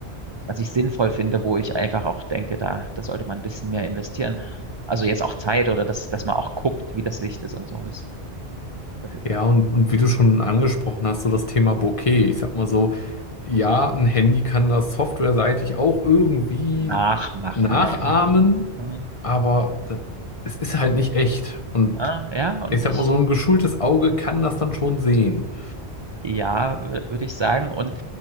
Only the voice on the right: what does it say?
was ich sinnvoll finde, wo ich einfach auch denke, da, da sollte man ein bisschen mehr investieren. Also jetzt auch Zeit oder dass, dass man auch guckt, wie das Licht ist und so. Das, das ist
dann
nachmachen,
ja. Ja, ja, Hm.
ja ja, und
ich.
Ja, würde ich sagen. Und